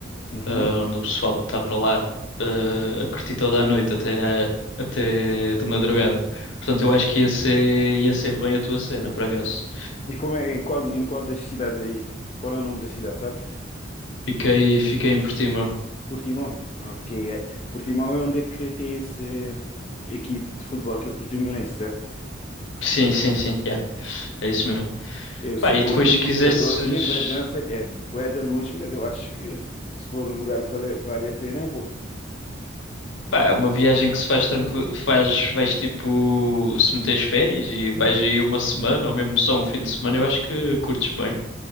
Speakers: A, on the left; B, on the left.
A: Uhum.
B: ah, onde o pessoal está para lá, ah, a curtir toda a noite até, à- até de madrugada. Portanto, eu acho que ia ser, ia ser bem a tua cena, por acaso.
A: E como é, em qual, em qual das cidades aí? Qual é o nome da cidade, sabes?
B: Fiquei, fiquei em Portimão.
A: Portimão. Ok. é- Portimão é onde é que tem essa equipe de futebol que é o Portimonense, certo?
B: Sim, sim, sim, yeah, é isso mesmo.
A: Eu só
B: Pá,
A: estou
B: e depois
A: aqui,
B: se quisesses.
A: eu estou aqui em Bragança, que é bué de longe, mas eu acho que se for o lugar que vale, vale a pena, eu vou.
B: Pá, é uma viagem que se faz tranquilo, faz, vais tipo, se meteres férias e vais aí uma semana ou mesmo só um fim de semana, eu acho que curtes bem.